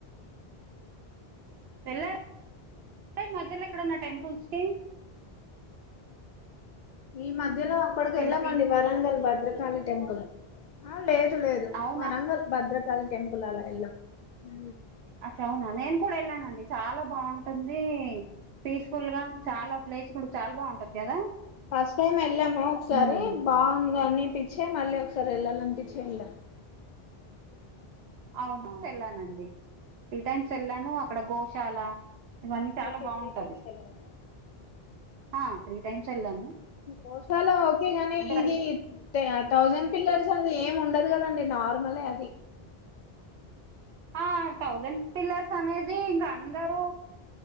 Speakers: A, on the right (about 80°); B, on the left (about 55°).
A: వేల్లర్ స మధ్యలో ఎక్కడన్న టెంపుల్స్ కి
B: ఈ మధ్యలో అక్కడికి
A: తిరుపతి
B: వెళ్ళామండి వరంగల్ భద్రకాళి టెంపుల్ ఆ లేదు లేదు
A: అవునా
B: వరంగల్ భద్రకాళి టెంపుల్ అలా వెళ్ళాం ఉ
A: అచ్చవునా నేను కూడా వెళ్ళానండి చాలా బాగుంటుంది పీస్ఫుల్గా చాలా ప్లేస్ కూడా చాలా బావుంటది కదా
B: ఫస్ట్ టైం వెళ్ళాము ఒకసారి
A: ఉమ్,
B: బాగుందనిపించే మళ్ళీ ఒకసారి వెళ్ళాలనిపించి వెళ్ళాము
A: అవును వెళ్ళానండి త్రీ టైమ్స్ వెళ్ళాను అక్కడ గోశాల ఇవన్నీ చాలా
B: ఓకే
A: బావుంటది
B: త్రీ టైమ్స్ వెళ్ళాము
A: ఆ త్రీ టైమ్స్ వెళ్ళాము
B: గోశాల ఒకేగని
A: అంటే
B: ఇది
A: మరి
B: థౌజండ్ పిల్లర్స్ అది ఏమి ఉండదు కదండి నార్మలే అది
A: ఆ థౌజండ్ పిల్లర్స్ అనేది ఇంక అందరూ